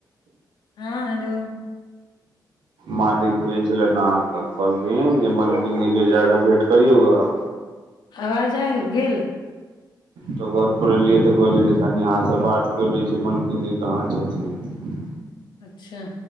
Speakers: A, on the left (about 75°); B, on the right (about 80°).
A: हँ हेलो
B: मालिक खुजै छलए अहाँकेँ कहलखिन जे मालिकिननीके जा कऽ भेँट करियौ गए
A: आवाज है ने गेल
B: तऽ घर परर एलियै तऽ कहलै कनि यहाँसँ बात कऽ लै छी मलकिन कहाँ छथिन
A: अच्छा